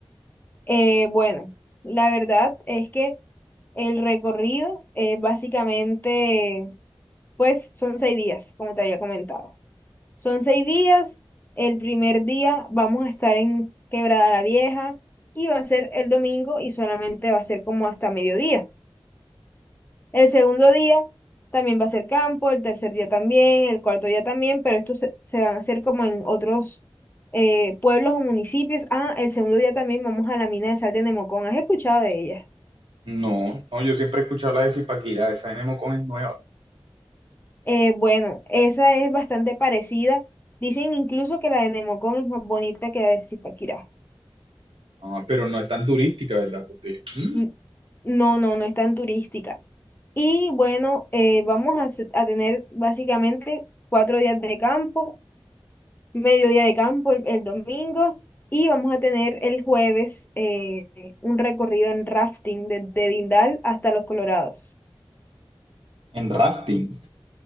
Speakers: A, on the left (about 20°); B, on the right (about 75°).
A: Eh, bueno, la verdad es que el recorrido eh, básicamente, pues son seis días, como te había comentado. Son seis días. El primer día vamos a estar en Quebrada la Vieja y va a ser el domingo y solamente va a ser como hasta mediodía. El segundo día también va a ser campo, el tercer día también, el cuarto día también, pero estos se, se van a hacer como en otros eh, pueblos o municipios. Ah, el segundo día también vamos a la mina de sal de Nemocón. ¿Has escuchado de ella?
B: No, no, yo siempre he escuchado la de Zipaquirá, esa de Nemocón es nueva,
A: Eh, bueno, esa es bastante parecida. Dicen incluso que la de Nemocón es más bonita que la de Zipaquirá.
B: Ah, pero no es tan turística, ¿verdad? Porque, mm,
A: N- No, no, no es tan turística. Y bueno, eh, vamos a, hacer- a tener básicamente cuatro días de campo mediodía de campo el, el domingo y vamos a tener el jueves eh, un recorrido en rafting desde Dindal hasta Los Colorados.
B: en rafting.